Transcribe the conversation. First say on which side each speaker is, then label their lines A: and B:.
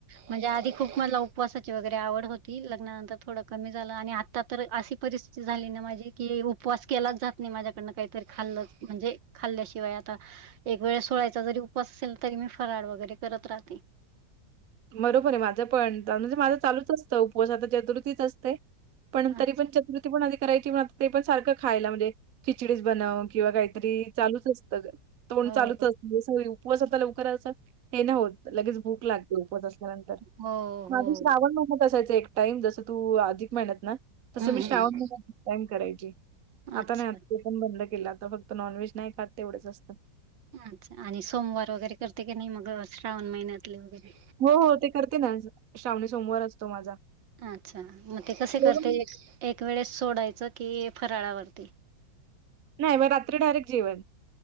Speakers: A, on the right (about 85°); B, on the right (about 55°).
A: म्हणजे आधी खूप मला उपवासाची वगैरे आवड होती लग्नानंतर थोडं कमी झालं आणि आ ता तर अशी परिस्थिती झाली ना माझी की उपवास केलाच जात नाही माझ्याकडन काहीतरी खाल्लंच म्हणजे खाल्ल्याशिवाय आता एक वेळ सोळायचा जरी उपास असेल तरी मी फराळ वगैरे करत राह ते.
B: बरोबर आहे माझं पण म्हणजे माझं चालूच असतं उपवास आता चतुर्थीच असते. पण
A: अच्छा.
B: तरी पण चतुर्थी पण आधी करायची आ ते पण सारखं खायला म्हणजे खिचडीस बनव किंवा काहीतरी चालूच असतं
A: हो,
B: तोंड चालूच अस उपवासता लवकर अस हे ना होत लगेच भूक लाग झोपत असल्यानंतर
A: हो,
B: माझी
A: हो.
B: श्रावण <unintelligible> असायचं एक टाइम जसं तू अधिक म्हइन्यात ना. तसं
A: हं,
B: मी श्रावण
A: हं.
B: <unintelligible> करायची आता
A: अच्छा.
B: नाही आ ते पण बंद केला आता फक्त नॉनव्हेज नाही खात तेवढचं असतं.
A: अच्छा आणि सोमवार वगैरे करते की नाही मग श्रावण महिन्यातले वगैरे.
B: हो हो ते करते ना श्रावणी सोमवारच तो माझा.
A: अच्छा मग ते कसे
B: जेवण
A: करते एक वेळेस सोडायचं कि फराळावरती?
B: नाही मग रात्री डायरेक्ट जेवण.